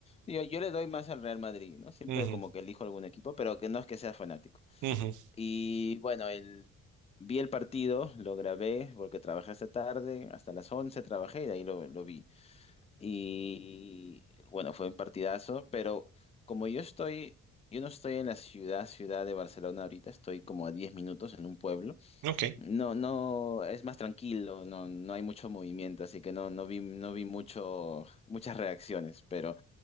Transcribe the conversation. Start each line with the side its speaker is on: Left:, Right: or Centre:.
Left: Yo, yo le doy más al Real Madrid, ¿no? Siempre
Right: Ujú,
Left: como que elijo algún equipo, pero que no es que sea fanático.
Right: ujú,
Left: Y bueno, el, vi el partido, lo grabé porque trabajé hasta tarde, hasta las 11 trabajé y de ahí lo, lo vi. Y bueno, fue un partidazo, pero como yo estoy, yo no estoy en la ciudad, ciudad de Barcelona ahorita, estoy como a 10 minutos en un pueblo.
Right: ok.
Left: No, no, es más tranquilo, no, no hay mucho movimiento, así que no, no vi, no vi mucho, muchas reacciones, pero